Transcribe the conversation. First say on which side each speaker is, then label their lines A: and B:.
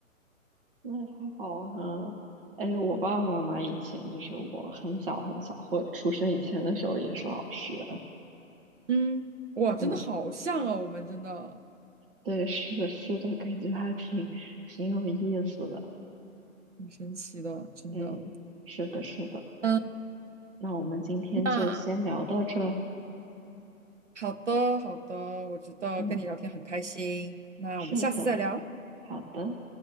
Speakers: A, on the right; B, on the right.
A: 那也太好玩了！哎，我爸爸妈妈以前就是我很小很小，或者出生以前的时候也是老师，
B: 嗯，哇，真的好像啊，
A: 嗯。
B: 我们真的
A: 对，是的，是的，感觉还挺挺有意思的。
B: 很神奇的，真的。
A: 嗯，是的，是的。
B: 嗯，
A: 那我们今天就先聊到这。
B: 那好的，好的，我觉得跟你聊天很开心，
A: 嗯，
B: 那我们下次再聊。
A: 是的，好的。